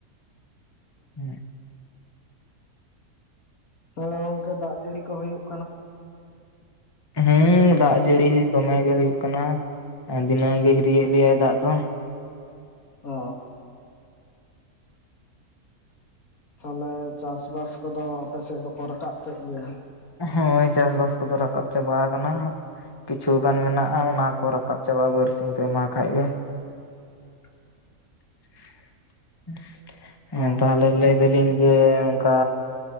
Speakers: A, on the left; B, on the left.
A: ᱦᱮᱸ
B: ᱛᱟᱦᱞᱮ ᱜᱚᱝᱠᱮ ᱫᱟᱜ ᱡᱟᱹᱲᱤ ᱠᱚ ᱦᱳᱭᱳᱜ
A: ᱦᱮᱸ ᱫᱟᱜ ᱡᱟᱹᱲᱤ ᱫᱚᱢᱮ ᱜᱮ ᱦᱩᱭᱩᱜ ᱠᱟᱱᱟ ᱫᱤᱱᱟᱹᱢ ᱜᱮ ᱦᱤᱨᱤᱭᱮᱫ ᱞᱮᱭᱟᱭ ᱫᱟᱜ ᱫᱚ
B: ᱚᱻ ᱛᱟᱦᱚᱞᱮ ᱪᱟᱥᱵᱟᱥ ᱠᱚᱫᱚ ᱟᱯᱮᱥᱮᱫ ᱫᱚᱠᱚ ᱨᱟᱠᱟᱵ ᱠᱮᱫ ᱜᱮᱭᱟ
A: ᱦᱳᱭ ᱪᱟᱥᱵᱟᱥ ᱠᱚᱫᱚ ᱨᱟᱠᱟᱵ ᱪᱟᱵᱟ ᱟᱠᱟᱱᱟ‌ ᱦᱟᱸᱜ ᱠᱤᱪᱷᱩ ᱜᱟᱱ ᱢᱮᱱᱟᱜᱼᱟ ᱚᱱᱟ ᱠᱚ ᱨᱟᱠᱟᱵ ᱪᱟᱵᱟᱜᱼᱟ ᱵᱟᱨᱥᱤᱧ ᱯᱮ ᱢᱟᱦᱟ ᱠᱷᱟᱡ ᱜᱮ
B: <unintelligible>
A: <inaudible> ᱦᱮᱸ
B: ᱚ
A: ᱛᱟᱦᱚᱞᱮ ᱞᱟᱹᱭ ᱫᱟᱞᱤᱧ ᱡᱮ ᱚᱱᱠᱟ